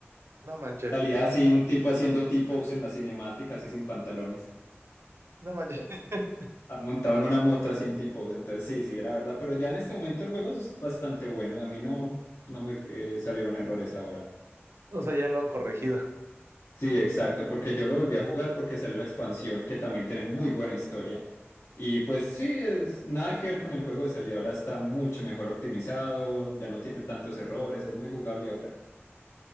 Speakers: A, on the right; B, on the left.
A: No manches,
B: Salía así un tipo haciendo tipo en las cinemáticas así sin pantalones.
A: no manches. <laughs>
B: Ah, Montado en una moto así en T-Pose, entonces sí, sí, era verdad, pero ya en este momento el juego es bastante bueno, a mí no, no me eh, salieron errores ahora.
A: O sea, ya lo han corregido.
B: Sí, exacto, porque yo lo volví a jugar porque salió la expansión, que también tiene muy buena historia. Y pues sí, es nada que ver con el juego de salida, ahora está mucho mejor optimizado, ya no tiene tantos errores, es muy jugable ahora. <laughs>